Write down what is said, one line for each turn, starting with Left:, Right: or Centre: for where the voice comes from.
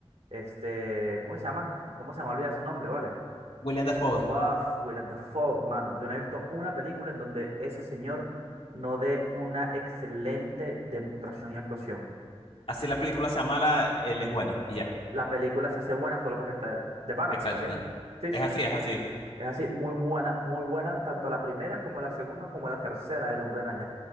Right: este, ¿cómo que se llama? ¿Cómo se llama? Olvida su nombre, ¿vale?
Left: Willem Dafoe.
Right: Wow, Willem Dafoe, mano, yo no he visto una película en donde ese señor no dé una excelente demostración y actuación.
Left: Así la película se llama la- Él es bueno y ya.
Right: la película se hace buena solo porque está él. De pana,
Left: Exacto.
Right: así. Sí,
Left: Es
Right: sí.
Left: así, es así.
Right: Es así, muy buena, muy buena, tanto la primera como la segunda como la tercera del Hombre Araña.